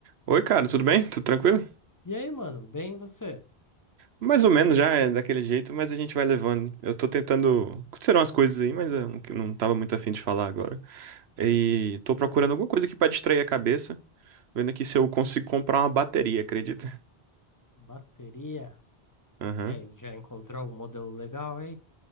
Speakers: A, on the right; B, on the left.
A: Oi, cara, tudo bem? Tudo tranquilo?
B: E, e aí, mano? Bem você?
A: Mais ou menos já é daquele jeito, mas a gente vai levando. Eu tô tentando. Aconteceram umas coisas aí, mas eu não, não tava muito afim de falar agora. E tô procurando
B: Demorou.
A: alguma coisa aqui pra distrair a cabeça, vendo aqui se eu consigo comprar uma bateria, acredita?
B: Bateria.
A: Aham.
B: E aí, já encontrou algum modelo legal aí?